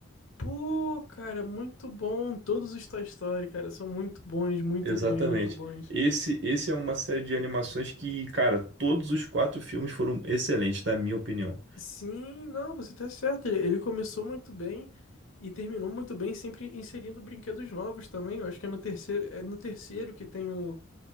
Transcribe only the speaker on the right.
Exatamente.
Esse, esse é uma série de animações que, cara, todos os quatro filmes foram excelentes, na minha opinião.